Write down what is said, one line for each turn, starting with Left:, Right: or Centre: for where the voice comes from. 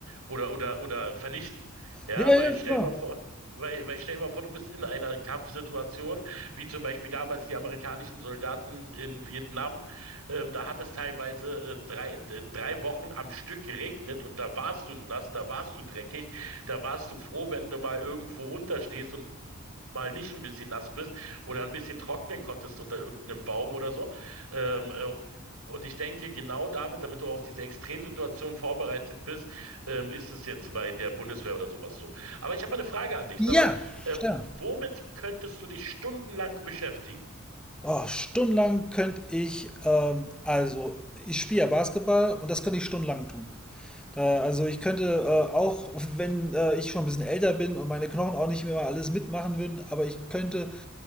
Right: oder oder oder vernichten. Ja,
Centre: ja,
Right: weil
Centre: ja,
Right: stell
Centre: klar.
Right: dir mal vor, Weil, weil stell dir mal vor, du bist in einer Kampfsituation, wie zum Beispiel damals die amerikanischen Soldaten in Vietnam. Ähm, da hat es teilweise äh, drei, d- drei Wochen am Stück geregnet und da warst du nass, da warst du dreckig, da warst du froh, wenn du mal irgendwo unterstehst und mal nicht ein bisschen nass bist oder ein bisschen trocknen konntest unter irgendeinem Baum oder so. Ähm, äh, und ich denke, genau damit, damit du auf diese Extremsituation vorbereitet bist, ähm, ist es jetzt bei der Bundeswehr oder sowas so. Aber ich habe eine Frage an dich.
Centre: Ja,
Right: Sag mal, ähm,
Centre: klar.
Right: womit könntest du dich stundenlang beschäftigen?
Centre: Oh, stundenlang könnte ich, ähm, also ich spiele ja Basketball und das könnte ich stundenlang tun. Äh, also ich könnte äh, auch, wenn äh, ich schon ein bisschen älter bin und meine Knochen auch nicht mehr alles mitmachen würden, aber ich könnte